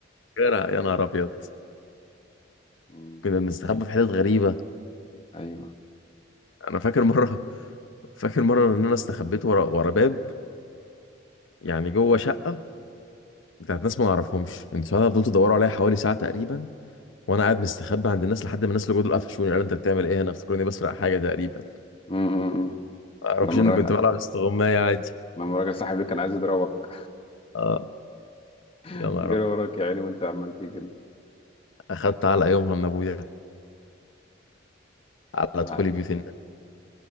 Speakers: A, on the left; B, on the left.
A: فاكرها يا نهار ابيض
B: مم.
A: كنا بنستخبى في حتت غريبه
B: أيوه
A: انا فاكر مره فاكر مره ان انا استخبيت ورا ورا باب يعني جوه شقه بتاعت ناس ما نعرفهمش انتوا ساعتها فضلتوا تدوروا عليا حوالي ساعه تقريبا وانا قاعد مستخبي عند الناس لحد ما الناس اللي جوه دول قفشوني قالوا انت بتعمل ايه هنا افتكروني بسرق حاجه تقريبا
B: مم. مم. مم.
A: ما اعرفش
B: لما
A: اني
B: الراجل
A: كنت بلعب استغمايه عادي
B: لما الراجل صاحبي كان عايز يضربك
A: اه
B: <laughs>
A: يا نهار
B: جري
A: أبيض.
B: وراك يا عيني وأنت عمال تجري
A: اخدت على يومها من ابويا على
B: لا
A: دخولي بيوت الناس